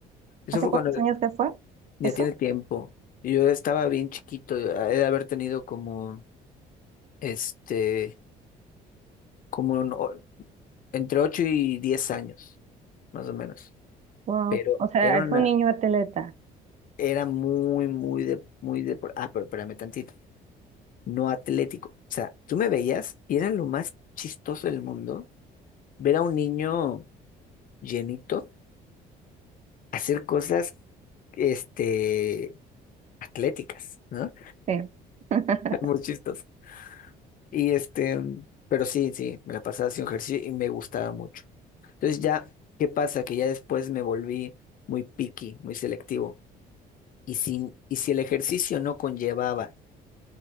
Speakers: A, on the left; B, on the right.
A: Eso
B: ¿Hace
A: fue
B: cuántos
A: cuando
B: años que fue
A: ya
B: eso?
A: tiene tiempo. Yo estaba bien chiquito, he de haber tenido como este, como en o- entre 8 y 10 años, más o menos.
B: Wow.
A: Pero
B: O sea,
A: era
B: es
A: una,
B: un niño atleta.
A: era muy, muy de, muy de, ah, pero espérame tantito, no atlético. O sea, tú me veías y era lo más chistoso del mundo ver a un niño llenito hacer cosas, este, atléticas, ¿no?
B: Sí. <laughs>
A: <laughs> Muy chistoso. Y este, pero sí, sí, me la pasaba haciendo ejercicio y me gustaba mucho. Entonces ya, ¿qué pasa? Que ya después me volví muy picky, muy selectivo. Y si, y si el ejercicio no conllevaba